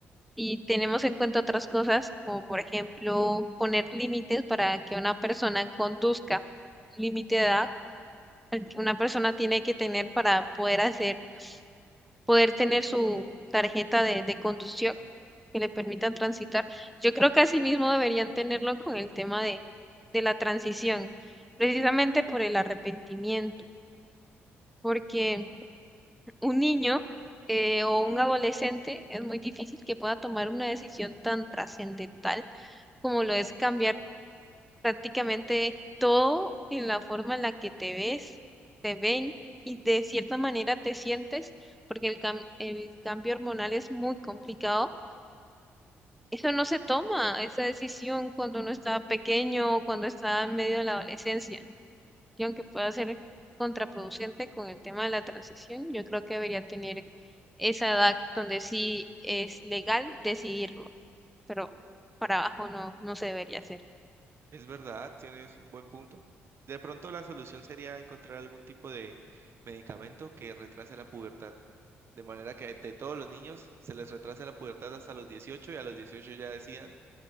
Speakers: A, in the centre; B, on the right.
A: si tenemos en cuenta otras cosas, como por ejemplo poner límites para que una persona conduzca, un límite de edad al que una persona tiene que tener para poder hacer poder tener su tarjeta de, de conducción que le permitan transitar. Yo creo que así mismo deberían tenerlo con el tema de, de la transición, precisamente por el arrepentimiento, porque un niño eh, o un adolescente es muy difícil que pueda tomar una decisión tan trascendental como lo es cambiar prácticamente todo en la forma en la que te ves, te ven y de cierta manera te sientes, porque el cam- el cambio hormonal es muy complicado. Eso no se toma, esa decisión cuando uno está pequeño o cuando está en medio de la adolescencia. Y aunque pueda ser contraproducente con el tema de la transición, yo creo que debería tener esa edad donde sí es legal decidirlo, pero para abajo no, no se debería hacer.
B: Es verdad, tienes un buen punto. De pronto la solución sería encontrar algún tipo de medicamento que retrase la pubertad, de manera que de todos los niños se les retrase la pubertad hasta los 18 y a los 18 ya decidan